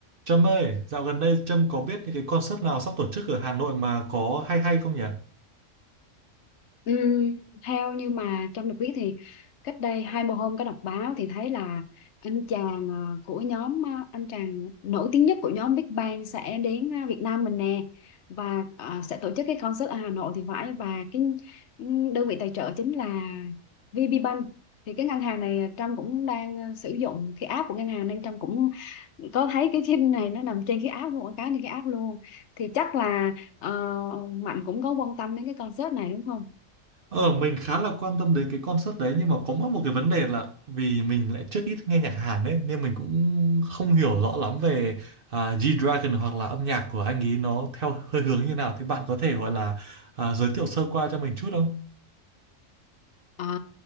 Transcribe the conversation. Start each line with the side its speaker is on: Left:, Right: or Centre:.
Right: Trâm ơi, dạo gần đây Trâm có biết những cái concert nào sắp tổ chức ở Hà Nội mà có hay hay không nhỉ?
Left: Ừm, theo như mà Trâm được biết thì cách đây hai mươi hôm có đọc báo thì thấy là anh chàng ờ, của nhóm ờ, anh chàng nổi tiếng nhất của nhóm Big Bang sẽ đến ờ, Việt Nam mình nè và ờ, sẽ tổ chức cái concert ở Hà Nội thì phải và cái ừm, đơn vị tài trợ chính là VP Bank thì cái ngân hàng này ờ, Trâm cũng đang ờ, sử dụng cái app của ngân hàng nên Trâm cũng có thấy cái phim này nó nằm trên cái app luôn quảng cáo trên cái app luôn thì chắc là ờ, Mạnh cũng có quan tâm đến cái concert này đúng không?
Right: Ờ, mình khá là quan tâm đến cái concert đấy nhưng mà có mỗi một cái vấn đề là vì mình lại trước ít nghe nhạc Hàn ấy nên mình cũng không hiểu rõ lắm về à, G-Dragon hoặc là âm nhạc của anh ấy nó theo hơi hướng như nào thì bạn có thể gọi là à, giới thiệu sơ qua cho mình chút không?
Left: Ờ,